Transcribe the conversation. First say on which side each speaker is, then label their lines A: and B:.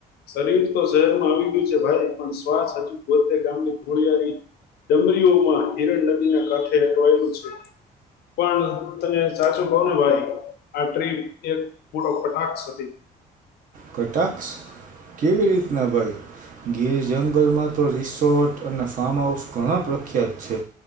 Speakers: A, on the left (about 70°); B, on the right (about 50°).
A: શરીર તો શહેરમાં આવી ગયું છે ભાઈ પણ શ્વાસ હજુ પોતે ગામની થોડીયારી ડમરીઓમાં હિરણ નદીના કાંઠે અટવાયેલું છે. પણ તને સાચું કવને ભાઈ આ ટ્રીપ એક મોટો કટાક્ષ છે. છે.
B: કટાક્ષ! કેવી રીતના ભાઈ? ગીર જંગલમાં તો રિસોર્ટ અને ફાર્મ હાઉસ ઘણાં પ્રખ્યાત છે.